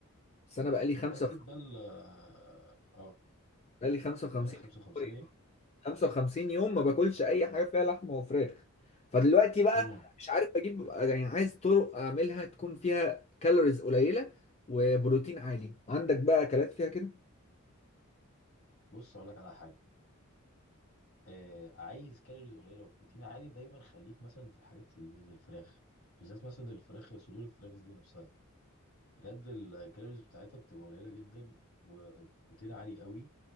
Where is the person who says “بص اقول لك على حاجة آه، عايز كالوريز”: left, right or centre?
Left